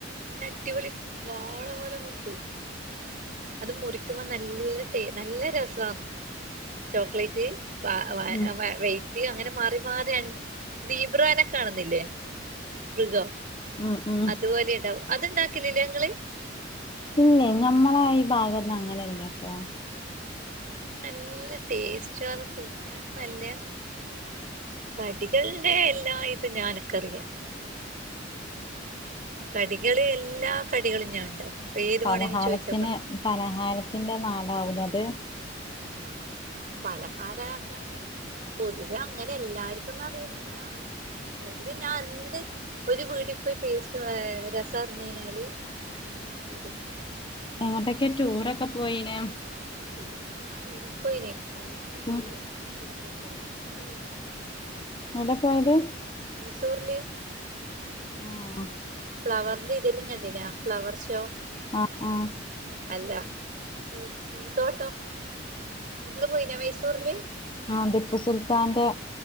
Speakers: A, on the right (about 45°); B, on the left (about 25°).
A: നല്ല അടിപൊളി വാള പോലെ പൊന്തും. അത് മുറിക്കുമ്പോ നല്ലടേ നല്ല രസാ ചോക്ലേറ്റ് വ
B: ഉം
A: വവറി അങ്ങനെ മാറി മാറിഅൻ ദീബ്രാനൊക്കെ കാണുന്നില്ലേ- മൃഗോ
B: ഉം ഉം
A: അതുപോലെ ഉണ്ടാവും അത്ണ്ടാക്കലില്ലേ ഇങ്ങള്?
B: ഇല്ലേ ഞമ്മളെ ഈ ഭാഗന്നും അങ്ങനെയല്ലട്ടോ-
A: അത് നല്ല ടേസ്റ്റുവാണ് അത് തിന്നാൻ ഇപ്പൊല്ല കടികളിതെ എല്ലാഐറ്റും ഞാൻക്കറിയ കടികള് എല്ലാ കടികളും ഞാൻ ഉണ്ടാക്കും ഏത്
B: പലഹാരത്തിന്
A: വേണമെങ്കിലും ചോദിച്ചാ പറഞ്ഞ്
B: പലഹാരത്തിന്റെ നാടാവും ലേ അത്
A: ആഹ് ആഹ് പലഹാര ആക്കാന് പൊതുവെ അങ്ങനെ എല്ലാർക്കുന്നും അറിയൊ ന്നുല്ല പൊതുവെ ഞാൻ എന്ത് ഒരു വീടിയൊ പ്പൊ ടേസ്റ്റ് രസം അറിഞ്ഞു കഴിഞ്ഞാല് അത് ഞാൻ വീട്ട് ന്ന്ണ്ടാക്കും
B: എങ്ങോട്ടെക്കെ ടൂറൊക്കെ പോയീനോ
A: ടൂറി ഞാ ഇവിടെ പോയിനി ഊട്ടിയിലും
B: ഉം
A: പോയിന് മൈസൂറിലും പോയിന് നിങ്ങള് പോയിനോ
B: എടെ പോയത്
A: മൈസൂറ്ല്
B: ആഹ്
A: ഫ്ലവറിന്റെ ഇതെല്ലാം കണ്ടീനോ ഫ്ലവർ ഷോ
B: അഹ് ആഹാ
A: അല്ല പൂ പൂന്തോട്ടം നിങ്ങള് പോയിനോ മൈസൂര്ല്
B: ആഹ് ടിപ്പു സുൽത്താന്റെ